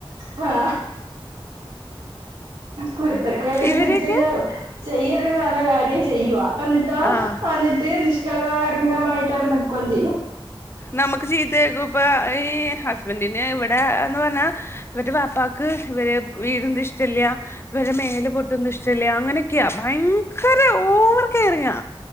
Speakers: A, on the right (about 70°); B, on the left (about 25°).
A: വാ കുരുത്തക്കേട്ന്ന്
B: ഇവരൊക്കെ
A: വെച്ച് കഴിഞ്ഞാൽ ചെയ്യരുത് ന്ന് പറഞ്ഞ കാര്യം ചെയ്യുവ എന്നിട്ടോ
B: ആഹ്
A: വന്നിട്ട് നിഷ് കളങ്കമായിട്ടങ്ങനെ നിക്ക്വേം ചെയ്യും
B: നമുക്ക് ചീത്ത കേക്കും ഇപ്പൊ ഈ ഹസ്ബൻഡിന് ഇവിടെ എന്ന് പറഞ്ഞാ ഇന്നെട്ട് വാപ്പാക്ക് ഇവരെ <unintelligible> ഇഷ്ടല്ല ഇവരെ മേല് പൊട്ടൊന്നും ഇഷ്ടല്ല അങ്ങനെയൊക്ക്യാ ഭയങ്കര ഓവർ കെയറിങ്ങാ